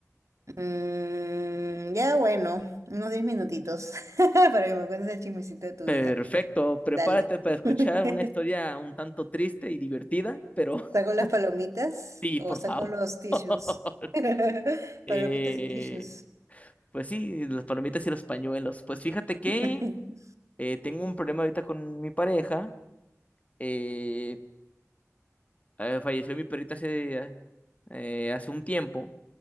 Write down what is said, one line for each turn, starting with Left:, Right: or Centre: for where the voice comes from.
Right: Mm, ya bueno, unos 10 minutitos <laughs> para que me cuentes el chismecito de tu
Left: Perfecto,
Right: vida.
Left: prepárate
Right: Dale.
Left: para escuchar
Right: <laughs>
Left: una historia un tanto triste y divertida, pero
Right: Saco las palomitas
Left: <laughs> sí,
Right: o
Left: por
Right: saco
Left: favor.
Right: los tissues.
Left: <laughs>
Right: <laughs> Palomitas
Left: Eh,
Right: y tissues.
Left: pues sí, las palomitas y los pañuelos. Pues fíjate que
Right: <laughs>
Left: eh, tengo un problema ahorita con mi pareja. eh, Eh, falleció mi perrita hace, eh, hace un tiempo,